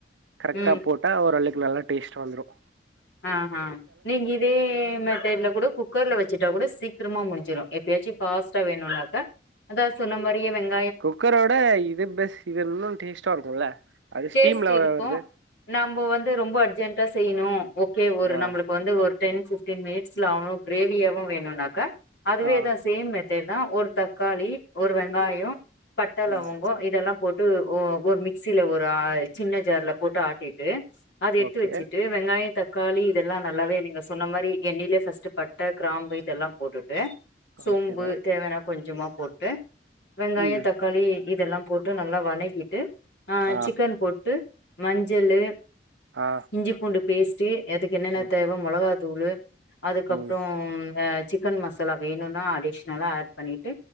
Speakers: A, on the right (about 85°); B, on the left (about 75°).
A: கரெக்டா
B: ம்
A: போட்டா ஒரு அள்ளக்கு நல்லா டேஸ்ட் வந்துரும்
B: ஆ ஹா நீங்க இதே மெத்தட்டுல கூட குக்கர்ல வச்சுட்டா கூட சீக்கிரமா முடிஞ்சிரும் <unintelligible> ஃபாஸ்டா வேணும்நாக்க அதா சொன்னமாரியே வெங்க
A: குக்கரோட இது பெஸ்ட் இது இன்னும் டேஸ்ட்டா இருக்கும்ல அது ஸ்டீம்ல
B: டேஸ்ட் இருக்கு
A: வருது
B: நம்ம வந்து ரொம்ப அர்ஜென்டா செய்யணு ஓகே ஒரு
A: ஆ
B: நம்மளுக்கு வந்து ஒரு டென் ஃபிஃப்டீன் மினிட்ஸ்ல ஆணும் கிரேவியாவவும் வேணும்னாக்கா அதுவேதான்
A: ஆ
B: சேம் மெத்தட் தா ஒரு தக்காளி ஒரு வெங்காயம் பட்டாளவங்கம்
A: ம்
B: இதெல்லா போட்டு ஒரு ஒ மிக்சில ஒரு ஆய் சின்ன ஜார்ல போட்டு ஆட்டிட்டு அது எடுத்து
A: ஓகே
B: வச்சிட்டு வெங்காயம் தக்காளி இதெல்லா நல்லாவே நீங்க சொன்ன மாரி எண்ணிலய பர்ஸ்ட் பட்டை கிராம்பு இதெல்லா போட்டுட் டு சோம்பு
A: ஓகே மேம்
B: தேவையானா கொஞ்சமா போட்டு வெங்காயம்
A: ம்
B: தக்காளி இதெல்லா போட்டு மட்டு நல்லா வதக்கிட்டு அ
A: ஆ
B: சிக்கன் போட்டு மஞ்சளு
A: ஆ
B: இஞ்சி பூண்டு பேஸ்ட்டு அதுக்கு என்னென்ன
A: ம்
B: தேவை மிளகா தூளு அதுக்கப்புறம்
A: ம்
B: அ சிக்கன் மசாலா வேணும்னா அடிஷ்னலா ஆட் பண்ணிட்டு